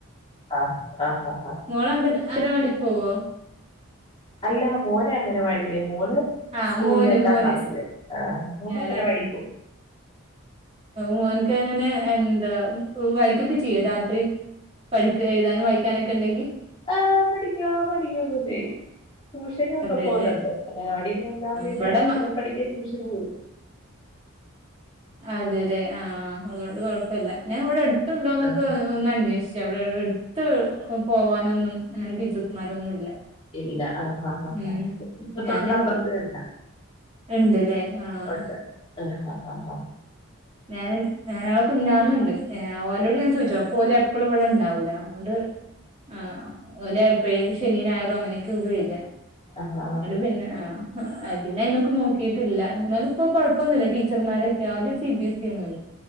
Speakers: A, on the left (about 25°); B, on the right (about 30°).
A: ആഹ്. ആഹാഹാ!
B: മോളങ്ങനെ അംഗനവാടിക് പോവാ
A: അല്ല മോന് അംഗനവാടി ല്മോള്
B: ആഹ്
A: സ്കൂളിൽ
B: മോന്
A: രണ്ടാം
B: മോന്
A: ക്ലാസ്സില് ആഹ് മോന്
B: ഞാൻ
A: അംഗനവാടിക് പോവും
B: മോനക്ക് അങ്ങനെ എന്താവായിക്കൊക്കെ ചെയ്യോ രാത്രി പഠിക്കോ എഴുതാനും വായിക്കാനൊക്കെ ഉണ്ടെങ്കിൽ
A: ആഹ് പഠിക്കൂ ആഹ് പഠിക്കൂ ഒക്കെ ചെയ്യും ട്യൂഷനൊക്കെ
B: അതെല്ലേ
A: പോകുന്നുണ്ട് അംഗനവാടി ന്ന് വന്ന പിന്നെ
B: ഇവിടെ
A: അക്ഷരം പഠിക്കേ ട്യൂഷനും പോവും
B: അതെല്ലെ ആഹ്അതുകൊണ്ട് കൊഴപ്പല്ല ഞാൻ ഇവിടെ അടുത്തുണ്ടോന്നൊക്കെ
A: ആഹ്.
B: ഒന്ന അന്വേഷിച്ച അവിടെ എടുത്ത് പോവാനൊന്നും അങ്ങനെ ടീച്ചേഴ്സ്മാരൊന്നും ഇല്ല
A: ഇല്ല. ആഹാഹാഹാ!
B: ഉം
A: ഇപ്പൊ
B: ഞാന്
A: തൊട്ടപ്പുറത്ത് തന്ന.
B: ഉണ്ട്ല്ലേ ആഹ്
A: ഉണ്ട് ആഹ് ഹ ആഹ് ആഹ്
B: ഞാനൻ ഞങ്ങളെ കുന്നാമ ഉണ്ട് ഓലോട്ഞാൻ ചോദിച്ചോ അപ്പ ഓല്എപ്പളും ഇവിടെ ഉണ്ടാവൂല അതുകൊണ്ട് ആഹ് ഓല് എപ്പോഴേൊക്കെ ശനി ഞായറു അങ്ങനയൊക്കെ വര്യാ
A: ആഹ് ആഹ്
B: എന്നട്ട് പിന്നെ ആഹ് <unintelligible> പിന്നെ അയ്മക്ക് നോക്കിയിട്ടില്ല എന്നാലും ഇപ്പൊ കൊഴപ്പൊന്നില്ല ടീച്ചർമാരൊക്കെ ആദ്യം സി ബി എസ് സി അയ്നു